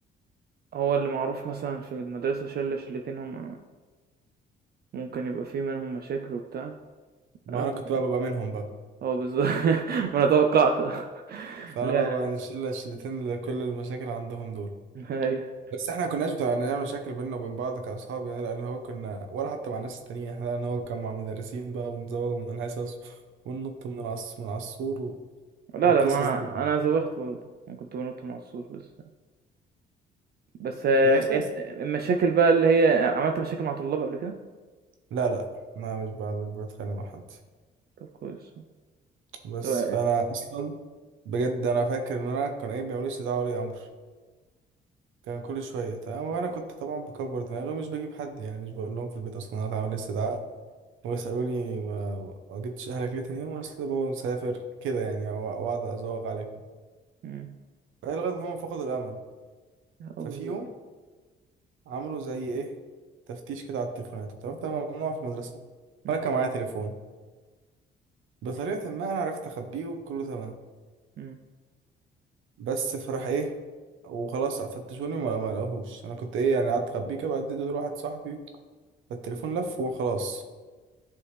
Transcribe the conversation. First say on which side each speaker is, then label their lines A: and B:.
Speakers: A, on the right; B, on the right.
A: هو اللي معروف مثلًا في المدرسة شِلّة شِلّتين هم ممكن يبقى في منهم مشاكل وبتاع،
B: ما
A: أنا
B: أنا
A: كنت
B: كنت بقى ببقى منهم بقى
A: آه بالضبط <laughs> ما أنا توقّعت <laughs> آه.
B: فأنا
A: لأ،
B: بقى بقى الشلة الشلتين اللي كل المشاكل عندهم دول
A: أيوه.
B: بس احنا ما كناش بتوع نعمل مشاكل بيننا وبين بعض كأصحاب يعني لأن هو كنا ولا حتى مع الناس التانيين احنا لأن هو كان مع مدرسين بقى ونزوغ من الحصص وننط من العص من العصور و...
A: لا،
B: والقصص
A: لأ، ما أنا
B: دي
A: أنا زوّغت برضه، أنا كنت بانُط من على السور بس بس
B: ده أساس
A: أنت المشاكل بقى اللي هي عملت مشاكل مع طلاب قبل كده؟
B: لا لا ما مش بقى مش بتخانق مع حد
A: طب كويس.
B: بس
A: طب
B: فأنا أصلا بجد أنا فاكر إن أنا كان إيه بيعملوا لي استدعاء ولي أمر كان كل شوية تمام وأنا كنت طبعا بكبر دماغي ومش بجيب حد يعني مش بقول لهم في البيت أصلا إن أنا اتعمل لي استدعاء ويسألوني ما ما جبتش أهلك ليه تاني يوم أصل بابا مسافر كده يعني أو- وأقعد أزوغ عليهم
A: إمم.
B: فالغى ان هم فقدوا الامل
A: آه
B: ففي
A: بالضبط.
B: يوم عملوا زي ايه تفتيش كده على التليفونات وبتاع كان ممنوع في المدرسه
A: إمم،
B: وانا كان معايا تليفون بطريقه ما انا عرفت اخبيه وكله تمام
A: إمم،
B: بس فراح ايه وخلاص فتشوني وما ما لقوهوش انا كنت ايه يعني قعدت اخبيه كده بعد اديته لواحد صاحبي فالتليفون لف وخلاص